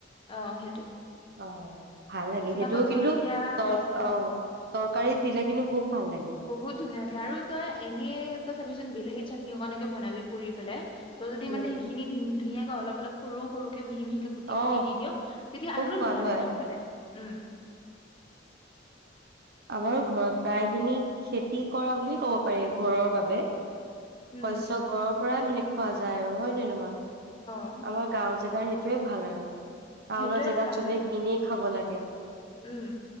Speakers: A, on the left; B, on the right.
A: অ সেইটো
B: অ'। ভাল লাগে,
A: তাৰপিছত
B: সেইটোও
A: আকৌ জলকীয়া
B: কিন্তু, তৰ
A: কৰিছে
B: অঁ, তৰকাৰীত দিলে কিন্তু খুব ভাল লাগে
A: বহুত ধুনীয়া লাগে আৰু তই এনেই তই চাবিচোন বিলাহীত চাটনি অক এনেকে বনাবি পৰিু পেলাই ত যদি
B: উম
A: মানে সেইখিনি দিন ধুনীয়াকৈ অলপ অলপ সৰু কে মিহি মিহিকে কুটি
B: অ
A: কুটি দি দিয়, তেতিয়া
B: খুব
A: আৰু
B: সোৱাদ
A: ধুনীয়া
B: হয়
A: লাগে খাবলৈ, উম।
B: আমাৰ ঘৰত প্ৰায় খিনি খেতি কৰা বুলিয়ে কব পাৰি, ঘৰৰ বাবে। শস্যয়
A: উম
B: ঘৰ পৰা মানে খোৱা যায় আৰু। হয় নে নহয়?
A: অ
B: আমাৰ গাঁৱত জেগাৰ সেইটয়ে ভাল আৰু। তাওন
A: সেইটোৱে
B: জেগাত
A: ভাল
B: চবে কিনি খাব লাগে এ <unintelligible>
A: উম